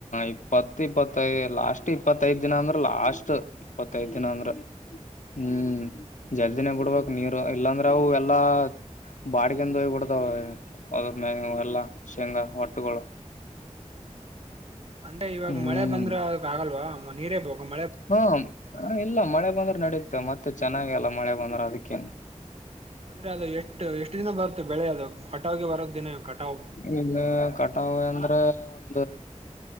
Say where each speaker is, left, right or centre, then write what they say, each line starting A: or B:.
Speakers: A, on the left (about 80°); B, on the right (about 55°).
A: ಇಪ್ಪತ್ ಇಪ್ಪತ್ತೈದು ಲಾಸ್ಟ್ ಇಪ್ಪತ್ತೈದ ದಿನ ಅಂದ್ರೆ ಲಾಸ್ಟ್ ಇಪ್ಪತ್ತೈದ್
B: ಹ್ಮ್
A: ದಿನ ಅಂದ್ರ ಹ್ಮ್ ಜಲ್ದಿನೇ ಬಿಡ್ಬಕ್ ನೀರು ಇಲ್ಲಾಂದ್ರೆ ಅವು ಎಲ್ಲಾ... ಬಾಡಿಗೆಂದಯ್ ಬಿಡ್ತಾವ ಅದ್ರ ಮೇವ ಎಲ್ಲ ಶೇಂಗಾ ಹೊಟ್ಟುಗಳು
B: ಅಂದ್ರೆ ಇವಾಗ
A: ಹ್ಮ್
B: ಮಳೆ ಬಂದ್ರೆ ಅದಕ್ ಆಗಲ್ವಾ ನೀರೇ ಬೋಗಮ್ಮ
A: ಹ್ಮ ಇಲ್ಲ ಮಳೆ ಬಂದ್ರೆ ನಡುತ್ತೆ ಮತ್ತೆ ಚೆನ್ನಾಗ ಅಲ್ಲ ಮಳೆ ಬಂದ್ರೆ ಅದಕ್ಕೇನ್
B: ಅಂದ್ರೆ ಅದು ಎಷ್ಟು ಎಷ್ಟು ದಿನ ಬರುತ್ತೆ ಬೆಳೆ ಅದು ಕಟಾವಗೆ ಬರೋ ದಿನೇ ಕಟಾವ
A: ಈಗ ಕಟಾವೆ ಅಂದ್ರೆ ಒಂದು